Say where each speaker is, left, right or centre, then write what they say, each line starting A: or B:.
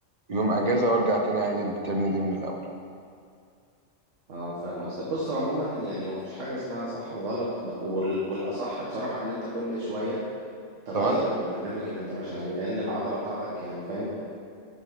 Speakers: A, on the right; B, on the right.
A: يوم اجازه وارجع تاني عادي الترن دي من الاول
B: اه فاهم قصدك بص هو عموما يعني مفيش حاجة اسمها صح وغلط ب- وال- والأصح بصراحة إن أنت كل شوية تغير
A: تغير
B: البرنامج اللي أنت ماشي عليه لأن العضلة بتاعتك يعني فاهم بت